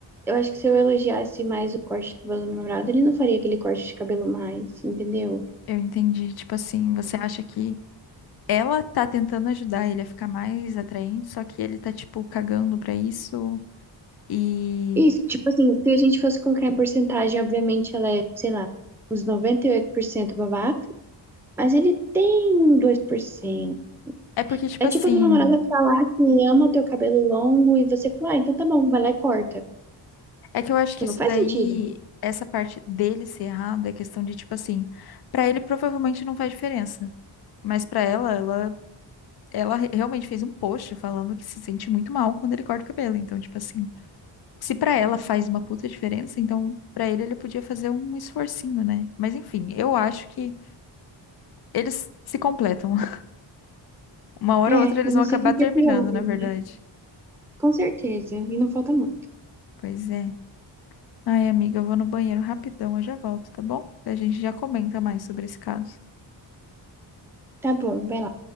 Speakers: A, in the centre; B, on the left.
A: eu acho que se eu elogiasse mais o corte de cabelo do meu namorado, ele não faria aquele corte de cabelo mais, entendeu?
B: Eu entendi, tipo assim, você acha que ela tá tentando ajudar ele a ficar mais atraente, só que ele tá, tipo, cagando pra isso e.
A: Isso, tipo assim, se a gente fosse colocar em porcentagem, obviamente ela é, sei lá, uns 98% babaca, mas ele tem um 2%.
B: É porque, tipo
A: É
B: assim,
A: tipo a tua namorada falar que ama o teu cabelo longo e você falar, ah, então tá bom, vai lá e corta.
B: É que eu acho
A: Tipo,
B: que isso
A: não faz
B: daí,
A: sentido.
B: essa parte dele ser errado, é questão de, tipo assim, pra ele provavelmente não faz diferença. Mas pra ela, ela, ela re- realmente fez um post falando que se sente muito mal quando ele corta o cabelo. Então, tipo assim, se pra ela faz uma puta diferença, então pra ele ele podia fazer um esforcinho, né? Mas enfim, eu acho que eles se completam. <laughs> Uma hora
A: É,
B: ou outra eles
A: eu
B: vão
A: não
B: acabar
A: sei quem
B: terminando,
A: que é pior, né?
B: na verdade.
A: Com certeza, e não falta muito.
B: Pois é. Ai, amiga, eu vou no banheiro rapidão, eu já volto, tá bom? A gente já comenta mais sobre esse caso.
A: Tá bom, vai lá.